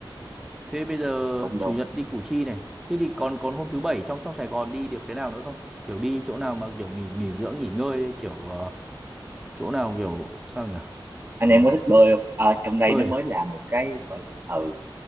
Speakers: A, in the centre; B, on the right (about 25°).
A: thế bây giờ
B: đúng
A: chủ
B: đúng
A: nhật đi Củ Chi này thế thì còn còn hôm thứ bảy trong trong Sài Gòn đi được cái nào nữa không kiểu đi chỗ nào mà kiểu nghỉ nghỉ dưỡng nghỉ ngơi kiểu ờ, chỗ nào kiểu sao nhỉ
B: anh
A: Ờ,
B: em có thích bơi không Ờ, trong đây
A: bơi
B: nó mới
A: à?
B: là một cái gọi là ừ